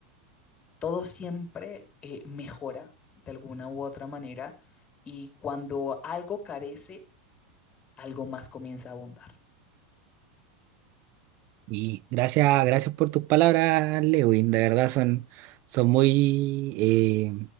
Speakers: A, on the left (about 25°); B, on the right (about 45°).
A: todo siempre eh, mejora de alguna u otra manera y cuando algo carece, algo más comienza a abundar.
B: Y gracias, gracias por tus palabras, Lewin, de verdad son, son muy eh,